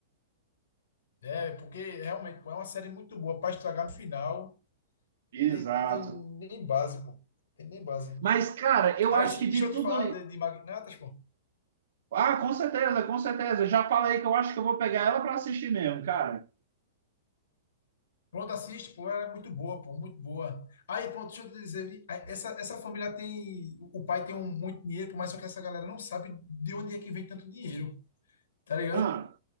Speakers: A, on the left; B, on the right.
A: é, porque realmente, pô, é uma série muito boa para estragar no final.
B: Exato.
A: Tem, tem nem base, pô. Tem nem base.
B: Mas, cara, eu
A: Aí
B: acho
A: sim,
B: que
A: deixa
B: de
A: eu
B: tudo.
A: te falar de, de Magnatas, pô.
B: Ah, com certeza, com certeza. Já falei que eu acho que eu vou pegar ela para assistir mesmo, cara.
A: Pronto, assiste, pô, ela é muito boa, pô, muito boa. Aí, pronto, deixa eu te dizer, vi, essa, essa família tem, o pai tem um, muito dinheiro, pô, mas só que essa galera não sabe de onde é que vem tanto dinheiro, tá ligado?
B: Ah,